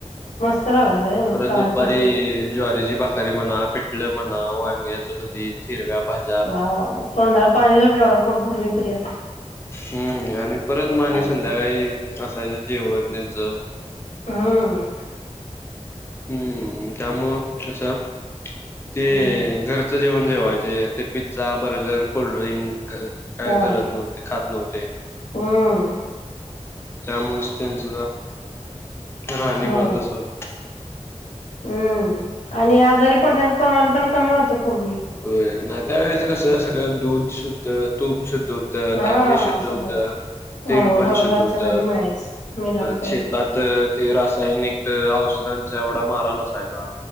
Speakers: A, on the left (about 85°); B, on the left (about 20°).
A: मस्त राग
B: परत
A: का
B: दुपारी
A: कष्ट कर
B: ज्वारीची भाकरी म्हणा पिटल म्हणा वांग्याच घरी चिरव्या भाजी.
A: वा तोंडाला पाणी सुटले एवढं पोट भरले तरी आता.
B: हम्म आणि परत माने
A: ऐकून
B: संध्याकाळी असायचं जेवण त्यांचं
A: हम्म.
B: हम्म त्यामुळं कसं ते
A: हम्म
B: घरचं जेवण जेवायचे ते. पिझ्झा बर्गर कोल्ड्रिंक काय
A: होय
B: करत नव्हते खात नव्हते.
A: हम्म.
B: त्यामुळेच त्यांच राहणी
A: होय
B: म अस होत.
A: हम्म आणि आजारी पडण्याचं प्रमाण पण कमी होतं पूर्वी.
B: हो ना त्या्यावेेळेच कसं सगळं दूध शुद्ध तूप सुुध दूध.
A: हा
B: धान्य शुद्ध
A: सगळं
B: होत.
A: हो
B: तेल पण
A: सगळं
B: शुद्ध
A: घरच्या
B: होत
A: घरी मिळायच मेलावट
B: परत
A: काहीच
B: शेतात.
A: नाही
B: ते रासायनिक औषधांचा एवढा माराण अससाायचा.